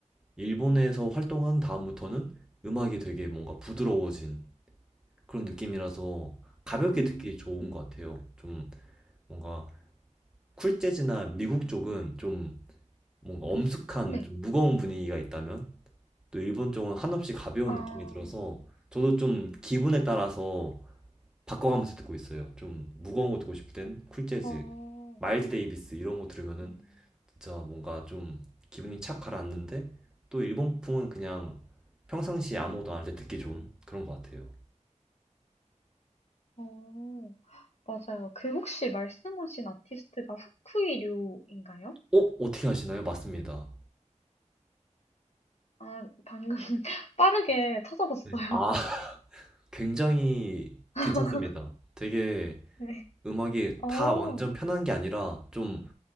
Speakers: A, in the centre; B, on the left.
A: 일본에서 활동한 다음부터는 음악이 되게 뭔가 부드러워진 그런 느낌이라서 가볍게
B: 음.
A: 듣기 좋은 것 같아요. 좀 뭔가 쿨 재즈나 미국 쪽은 좀 뭔가 엄숙한
B: 네.
A: 좀 무거운 분위기가 있다면 또 일본 쪽은 한없이 가벼운
B: 아.
A: 느낌이 들어서 저도 좀 기분에 따라서 바꿔가면서 듣고 있어요. 좀 무거운 거 듣고 싶을 땐 쿨 재즈,
B: 어.
A: 마일즈 데이비스 이런 거 들으면은
B: 음.
A: 진짜 뭔가 좀 기분이 착 가라앉는데 또 일본풍은 그냥 평상시에 아무것도 안할 때 듣기 좋은 그런 것 같아요.
B: 어. 맞아요. 그 혹시 말씀하신 아티스트가 후쿠이 류인가요?
A: 어? 어떻게 아시나요 맞습니다.
B: 아 방금 <laughs> 빠르게 찾아봤어요.
A: 네. 아, <laughs> 굉장히
B: <laughs>
A: 괜찮습니다. 되게
B: 네.
A: 음악이
B: 어.
A: 다 완전 편한 게 아니라 좀